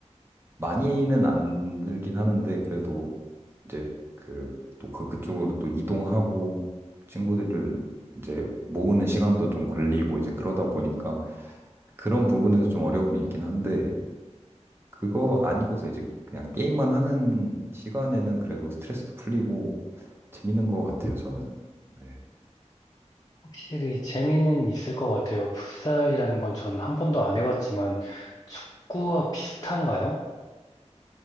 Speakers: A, on the right; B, on the left.
A: 많이는 안 들긴 하는데 그래도 이제 그 또 그 그쪽으로 또 이동하고 친구들을 이제 모으는 시간도 좀 걸리고 이제 그러다 보니까 그런 부분에서 좀 어려움이 있긴 한데 그거 아니고서 이제 그냥 게임만 하는 시간에는 그래도 스트레스도 풀리고 재밌는 것 같아요, 저는. 네.
B: 확실히 재미는 있을 것 같아요. 풋살이라는 건 전 한 번도 안 해봤지만, 축구와 비슷한가요?